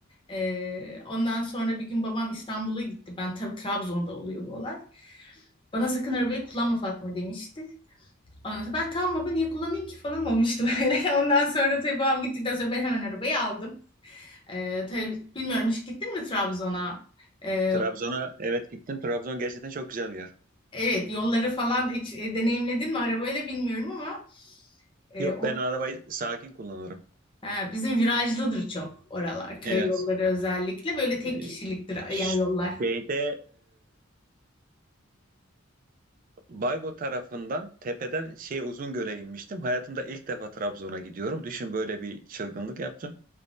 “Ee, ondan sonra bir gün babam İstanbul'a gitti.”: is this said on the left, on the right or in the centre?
Left